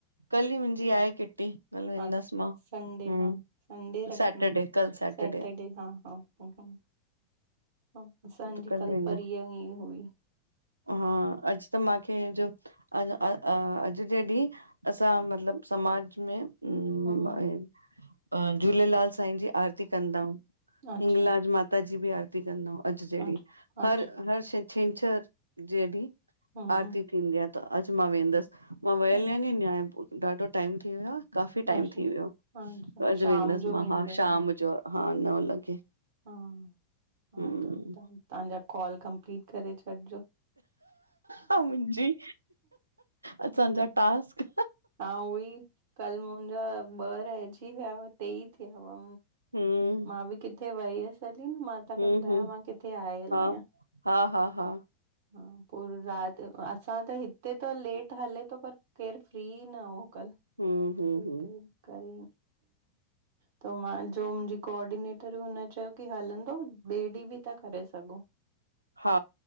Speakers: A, on the right (about 80°); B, on the right (about 55°).
A: कल ही मुंहिंजी आहे किटी। कल वेंदसि
B: हा
A: मां
B: संडे
A: हम्म
B: हा संडे रखूं
A: सैटरडे कल
B: सैटरडे
A: आ
B: हा हा ह हा असांजी
A: त
B: कल
A: वेंदा
B: परीय ही हुई।
A: हा <unintelligible> अॼु अॼु जे ॾींहुं असां मतलबु समाज में <unintelligible>
B: हम्म,
A: अ झूलेलाल साईं जी आरती कंदाऊं।
B: अच्छा,
A: हिंगलाज माता जी बि आरती कंदा आहियूं अॼु जे ॾीहं
B: अच्छा, अच्छा,
A: हर हर छे छंछर। जॾी
B: हम्म,
A: आरती
B: हम्म,
A: थींदी आहे, त अॼु मां वेंदसि मां वयल
B: हम्म,
A: आहिया न्याु <unintelligible> ॾाढो टाइम थी वियो आ, काफ़ी टाइम
B: अच्छा,
A: थी वियो
B: अच्छा,
A: अॼु
B: शाम
A: वेंदसि
B: जो
A: मां
B: वेंदव
A: हा शाम जो। हा नव लॻे।
B: हा हा
A: हम्म
B: त तव्हांजा कॉल कंपलीट करे छॾिजो।
A: मुंहिंजी, असांजा टास्क।
B: हा उहे ही कल मुंहिंजा ॿ रहिजी विया हुआ तेई थिया हुआ।
A: हम्म
B: मां बि किथे वई हुयसि। तॾहि मां तव्हांखे
A: हम्म
B: ॿुधायो
A: हम्म
B: मां किथे आयल
A: हा
B: आहियां,
A: हा हा हा
B: हा। पोइ राति असां त हिते त लेट हले थो पर केरु फ्री न हो। कल
A: हम्म हम्म
B: <unintelligible>
A: हम्म
B: कल त मां जो मुंहिंजी कोऑर्डिनेटर बि न चयो त हलंदो ॿिए ॾींहुं बि था करे सघूं।
A: हा